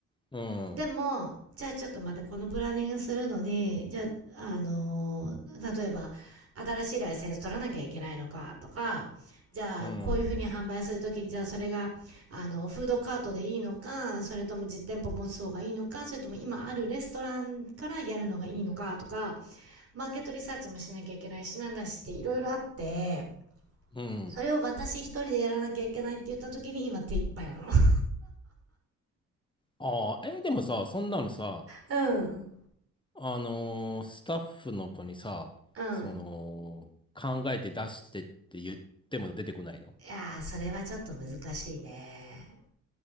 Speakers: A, on the left; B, on the right.
A: うん、
B: でもじゃあちょっとまたこのプランニングするのにじゃあ、あのー例えば新しいライセンス取らなきゃいけないのかとかじゃあこういうふうに販売するときにじゃあそれがあのフードカートでいいのかそれとも実店舗持つ方がいいのかそれとも今あるレストランからやるのがいいのかとか
A: うん、
B: マーケットリサーチもしなきゃいけないしなんだしっていろいろあって
A: うん。
B: それを私一人でやらなきゃいけないって言ったときに今手一杯なの。<laughs>
A: ああ、えーでもさ、そんなのさ、
B: うん
A: あのースタッフの子にさ、
B: うん
A: その、考えて出してって言っても出てこないの
B: いやー、それはちょっと難しいね。